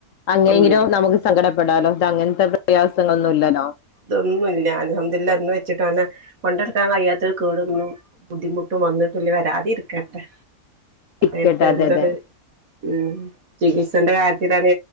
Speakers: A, on the left (about 65°); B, on the right (about 65°).
A: അങ്ങനെങ്കിലോ
B: ഉം
A: നമുക്ക് സങ്കടപ്പെടാലൊ ഇതങ്ങനത്തെ പ്രയാസങ്ങളൊന്നും ഇല്ലല്ലോ
B: ഇതൊന്നുല്ല അലഹദില്ല എന്ന് വെച്ചിട്ട് അവനെ കൊണ്ട് നടക്കാൻ കഴിയാത്തൊരു കേടൊന്നും ബുദ്ധിമുട്ടും വന്നിട്ടില്ല വരാതിരിക്കട്ടെ
A: <unintelligible>
B: നേരത്തെ
A: അതെ
B: എന്തൊരു
A: അതെ
B: ഉം ചികിത്സന്റെ കാര്യത്തിലാണ്